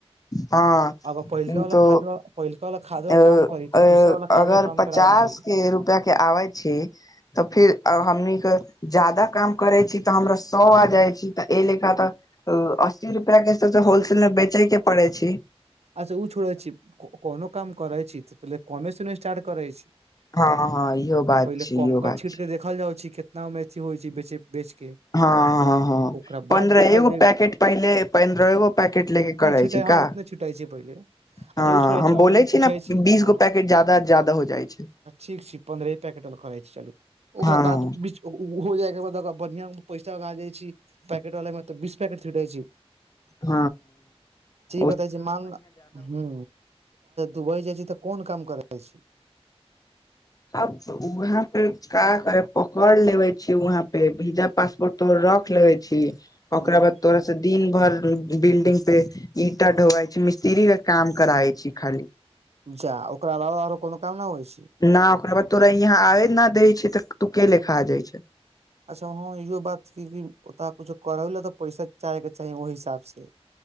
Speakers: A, on the left (about 35°); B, on the right (about 75°).
A: हँ
B: आब पहिलका वला
A: तो
B: खादवा- पहिलका वला खाद
A: अगर
B: काम करी तब दूसरा वला खाद काम
A: पचास
B: कराबल जाइ
A: <unintelligible> आबै छी तॅं फेर हमनीके जादा काम करै छी तँ हमरा सए आ जाइ छी तँ एहि लेखा तऽ अस्सी रुपैआके तॅं होलसेलमे बेचैकेँ पड़ै छै।
B: अच्छा ओ छोड़ै छी, कोनो काम करै छी तऽतॅं पहिले कमे से ने स्टार्ट करै छी!
A: हँ, हँ इहो
B: तऽ
A: बात
B: पहिले
A: छै, इहो
B: कमका
A: बात
B: छीट
A: छै।
B: के देखल जाइत छै कितनामे अथी होइ छै बेच, बेच के?
A: हँ, हँ हँ हँ।
B: ओकरा
A: पन्द्रहेगो
B: बाद देखल जाइ
A: पैकेट पहिले पन्द्रहेगो पैकेट लेके करै
B: छिटै
A: छी,
B: हँ
A: का?
B: उतने छिटै छै पहिले अच्छा
A: हँ
B: ओ छोड़ै
A: हम
B: छै
A: बोलै
B: जे
A: छी
B: पूछै
A: ने बीसगो
B: हँ
A: पैकेट जादा ज्यादा हो जाइ छै।
B: ठीक छै पन्द्रहे पैकेट वाला करे छी चलु
A: हँ
B: ओकरा बाद हो जाय के बाद बढ़िया पैसा लगा जाइ छै पैकेट वाला मे तऽ बीस पैकेट छिट जाई छै
A: ह ह
B: बताै छी मान हु दुबई जाइ छी तऽ कोन काम कर छी।
A: अब वहा बेचकर कऽ करे पकड़ लेबे छी वहा पे भीजा पासपोर्ट तो रख ले। छै ओकरा
B: हूँ
A: बाद तोरा। दिन भर बिल्डिंग पे ईटा ढोवई छै मिस्त्री के काम कराे छी खाली।
B: जा ओकरा अलावा आरो कोनो काम नहि होई छै।
A: नै ओकरा बाद तोरा यहाँ आबे नै देय छै नै तू के लेखा जाय छैय।
B: अच्छा इहो बात छै ओता कुछो करै लऽ तऽ पैसा चाहेके चाही ओहि हिसाब से।